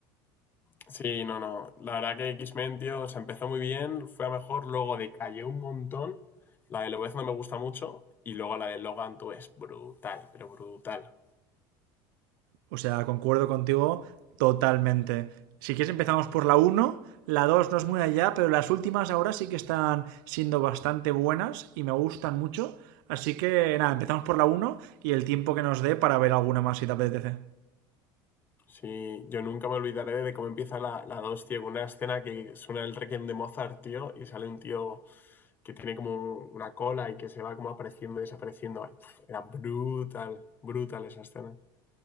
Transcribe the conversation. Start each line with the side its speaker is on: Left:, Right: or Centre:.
Left: Sí, no, no. La verdad que X-Men, tío, o empezó muy bien, fue a mejor, luego decayó un montón. La de Lobez no me gusta mucho y luego la de Logan, tú, es brutal, pero brutal.
Right: O sea, concuerdo contigo totalmente. Si quieres, empezamos por la uno, La 2 no es muy allá, pero las últimas ahora sí que están siendo bastante buenas y me gustan mucho. Así que nada, empezamos por la uno y el tiempo que nos dé para ver alguna más si te apetece.
Left: Sí, yo nunca me olvidaré de cómo empieza la, la 2 tío, con una escena que suena el Requiem de Mozart, tío, y sale un tío que tiene como una cola y que se va como apareciendo y desapareciendo. Ay, pf, Era brutal, brutal esa escena.